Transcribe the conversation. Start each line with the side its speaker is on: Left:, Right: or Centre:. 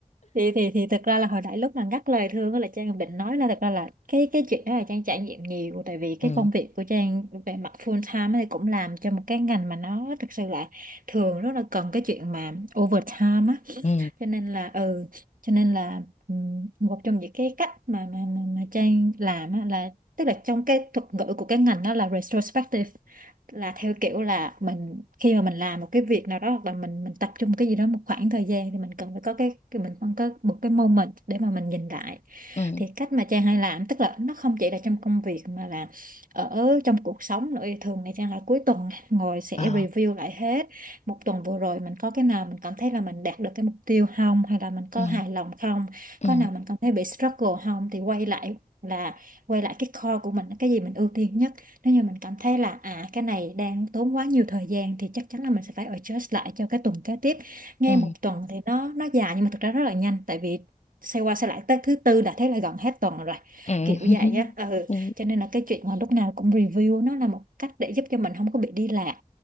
Right: thì thì thì thực ra là hồi nãy lúc mà ngắt lời Thương á là Trang cũng định nói là thật ra là cái cái chuyện đó là Trang trải nghiệm nhiều tại vì cái
Left: ừ
Right: công việc của Trang về mặt full time ấy thì cũng làm cho một cái ngành mà nó thực sự là thường rất là cần cái chuyện mà overtime á
Left: ừ
Right: cho nên là ừ cho nên là ừm, một trong những cái cách mà mà mà, mà Trang làm á, là tức là trong cái thuật ngữ của cái ngành đó là retrospective là theo kiểu là mình khi mà mình làm một cái việc nào đó hoặc là mình mình tập trung cái gì đó một khoảng thời gian thì mình cần phải có cái cái- mình cần có một cái moment để mà mình nhìn lại
Left: ừ
Right: thì cách mà Trang hay làm tức là nó không chỉ là trong công việc mà là ở trong cuộc sống nữa thường thì Trang là cuối tuần ngồi sẽ
Left: ờ
Right: review lại hết một tuần vừa rồi mình có cái nào mình cảm thấy là mình đạt được cái mục tiêu không hay là mình có
Left: ừ
Right: hài lòng không
Left: ừ
Right: có nào mình cảm thấy bị struggle không thì quay lại là quay lại cái core của mình cái gì mình ưu tiên nhất nếu như mình cảm thấy là à cái này đang tốn quá nhiều thời gian thì chắc chắn là mình sẽ phải adjust lại cho cái tuần kế tiếp nghe
Left: ừ
Right: một tuần thì nó nó dài nhưng mà thực ra rất là nhanh tại vì xoay qua xoay lại tới thứ tư đã thấy là gần hết tuần rồi
Left: ừ
Right: kiểu
Left: <laughs>
Right: vậy á ừ
Left: ừ
Right: cho nên là cái chuyện mà lúc nào cũng review nó là một cách để giúp cho mình không có bị đi lạc